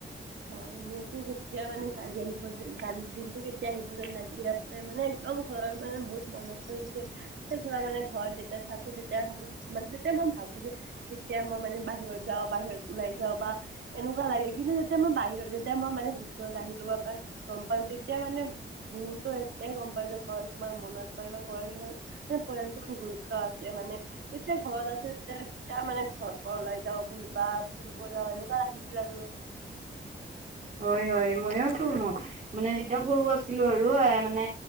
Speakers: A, on the right; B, on the right.
A: হয় মোকো কেতিয়া মানে কালি আহিব যেন, কালি দিনটো কেতিয়া আহিব যেন লাগি আ <unintelligible> মানে একদম ঘৰৰ মানে বহুত মনত পৰিছে। <unintelligible> মানে ঘৰত যেতিয়া থাকো তেতিয়া ভাবো, মানে তেতিয়া মই ভাবো যে কেতিয়া মই মানে বাহিৰত যাওঁ। বাহিৰত ওলাই যাও বা এনেকুৱা লাগে কিন্তু যেতিয়া মই বাহিৰত, যেতিয়া মই মানে <unintelligible> আহিলো বা গম পালো তেতিয়া মানে বহুতো এতিয়াই গ'ম পাই যে ঘৰৰ কিমান মনত পৰে বা ঘৰৰ কিমান <unintelligible> পৰিয়ালটোৰ গুৰুত্ব আছে মানে তেতিয়া ঘৰত আছো, তেতিয়া- তেতিয়া মানে ঘৰ পৰা ওলাই যাও বুলি বা ঘূৰিব যাওঁ এনেকুৱা লাগিছিল আৰু।
B: হয়। হয়। মইয়োটো ম মানে যেতিয়া সৰু আছিলো আৰু এ মানে